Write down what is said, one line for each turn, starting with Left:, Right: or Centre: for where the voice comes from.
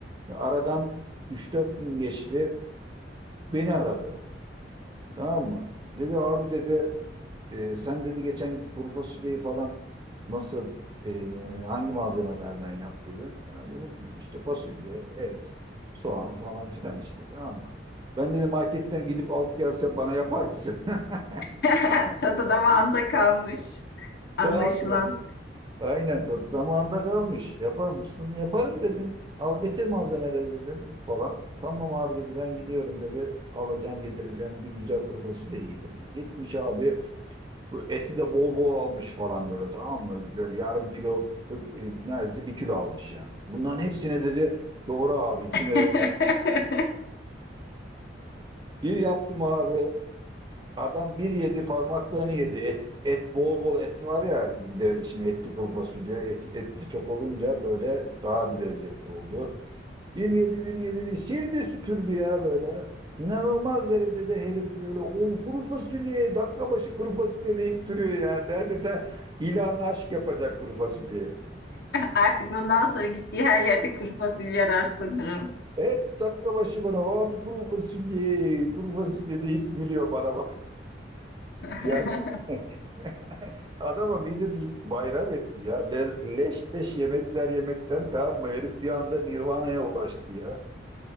Right: Aradan üç dört gün geçti. Beni aradı tamam mı? Dedi abi dedi e, sen dedi geçen kuru fasulyeyi falan nasıl e, e, hangi malzemelerden yaptıydın? Ya dedim işte fasulye, et, soğan falan filan işte tamam mı? Ben dedi marketten gidip alıp gelse bana yapar mısın? <laughs>
Left: <laughs> Tadı damağında kalmış anlaşılan.
Right: Tamam mı? Aynen tadı damağında kalmış. Yapar mısın? Yaparım dedim. Al getir malzemeleri dedim falan. Tamam abi dedi ben gidiyorum dedi. Alacağım getireceğim bir güzel kuru fasulye yiyelim. Gitmiş abi bu eti de bol bol almış falan böyle tamam mı? Böyle yarım kilo kırk- e, neredeyse bir kilo almış yani. Bunların hepsine dedi doğru abi içine
Left: <laughs>
Right: bir yaptım abi. Adam bir yedi parmaklarını yedi. Et, et bol bol et var ya bir de şimdi etli kuru fasulye et, etti çok olunca böyle daha bir lezzetli oldu. Bir yedi bir yedi bir sildi süpürdü ya böyle. İnanılmaz derecede herif böyle o kuru fasulye dakika başı kuru fasulye deyip duruyor yani. Neredeyse ilan aşk yapacak kuru fasulyeye.
Left: Artık bundan sonra gittiği her yerde kuru fasulye arar sanırım.
Right: Et dakika başı bana abi kuru fasulye kuru fasulye deyip gülüyor bana bak.
Left: <laughs>
Right: Yani <laughs> Adama midesi ilk bayram etti ya. Le- leş leş yemekler yemekten tamam mı? Herif bir anda Nirvana'ya ulaştı ya.